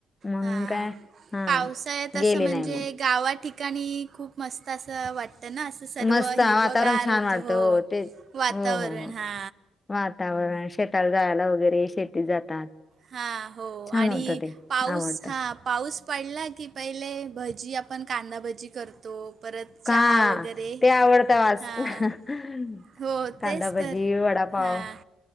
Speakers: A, on the left; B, on the right.
A: मग
B: हा
A: काय हा
B: पावसाळ्यात असं
A: गेले
B: म्हणजे
A: नाही मग
B: गावा ठिकाणी खूप मस्त असं वाटतं ना अस सर्व
A: मस्त वातावरण
B: हिरवगार
A: छान
B: होत
A: वाटतं
B: हो
A: ते
B: वातावरण
A: हो हो हो
B: हा
A: वातावरण शेताला जाळायला वगैरे शेती जातात.
B: हा हो
A: छान
B: आणि
A: होतं ते
B: पाऊस
A: आवडतं
B: हा ह पाऊस पडला की पहिले भजी आपण कांदा भजी करतो परत चहा
A: का
B: वगैरे
A: ते आवडत बास.
B: हां
A: <unintelligible> <inaudible>
B: हो
A: कांदा
B: तेच तर
A: भजी वडापाव.
B: हां